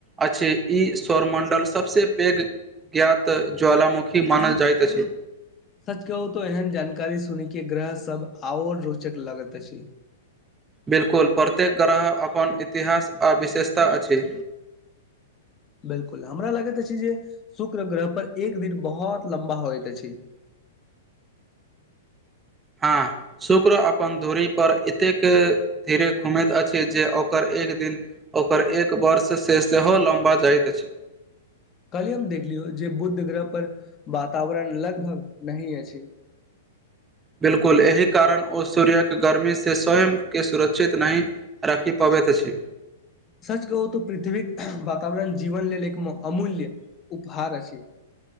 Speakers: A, on the right (about 15°); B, on the left (about 30°).
A: अछि ई सौरमण्डल सभसँ पैघ ज्ञात ज्वलामुखी मानल जाइत अछि
B: सच कहू तो एहन जानकारी सुनी के ग्रह सब आओर रोचक लगत अछि
A: बिल्कुल प्रत्येक ग्रह अपन इतिहास आ विशेषता अछि
B: बिल्कुल हमरा लगैत अछि जे शुक्र ग्रह पर एक दिन बहुत लम्बा होइत अछि
A: हँ शुक्र अपन धूरीपर एतेक धीरे घुमैत अछि जे ओकर एक दिन ओकर एक वर्षसँ सेहो लम्बा जाइत अछि
B: कलिय हम देखलियौ जे बुध ग्रह पर वातावरण लगभग नही अछि
A: बिलकुल एहि कारण ओ सूर्यक गर्मी से स्वयं के सुरक्षित नहि राखी पाबैत अछि
B: सच कहू तऽ पृथ्वीीक वातावरण जीवन लेल एक अमूल्य उपहार अछि